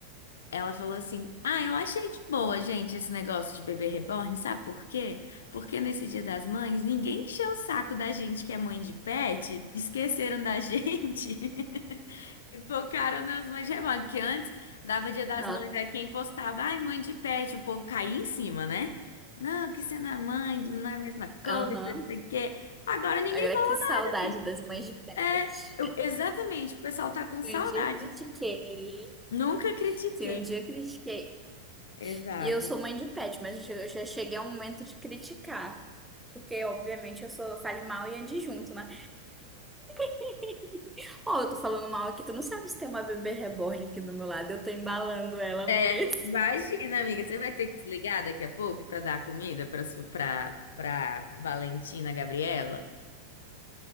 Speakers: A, on the left; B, in the centre.
A: Ela falou assim: Ah, eu achei de boa, gente, esse negócio de bebê reborn, sabe por quê? Porque nesse Dia das Mães, ninguém encheu o saco da gente que é mãe de pet, esqueceram da gente <laughs> e focaram nas mães de reborn. Porque antes dava Dia das
B: não,
A: Mães, aí quem postava, ai, mãe de pet, o povo caía em cima, né? Não, que você não é mãe, não é a mesma coisa,
B: aham.
A: não sei o quê. Agora ninguém
B: Agora
A: falou
B: que saudade
A: nada, gente.
B: das mães de pet.
A: É, eu- exatamente, o pessoal tá com saudade.
B: Se um dia eu critiquei,
A: Nunca critiquei.
B: se um dia eu critiquei
A: Exato.
B: E eu sou mãe de pet, mas eu já cheguei ao momento de criticar. Porque, obviamente, eu sou fale mal e adjunto, né? <laughs> Ó, eu tô falando mal aqui, tu não sabe se tem uma bebê reborn aqui do meu lado, eu tô embalando ela
A: É,
B: no berço.
A: imagina, amiga, você vai ter que se ligar daqui a pouco para dar comida para para para Valentina Gabriela.